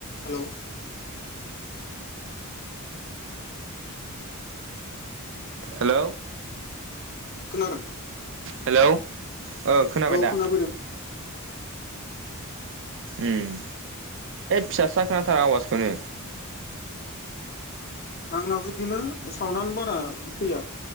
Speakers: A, on the left; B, on the right.
A: Hello
B: हेल
A: खोनादों
B: hello खोनाबाय
A: औ
B: दा
A: खोना फैदों।
B: उम फिसा सा खोनाथारो आवाजखौनो।
A: आंनावबो बिदिनो सावन्डानो बारा फैया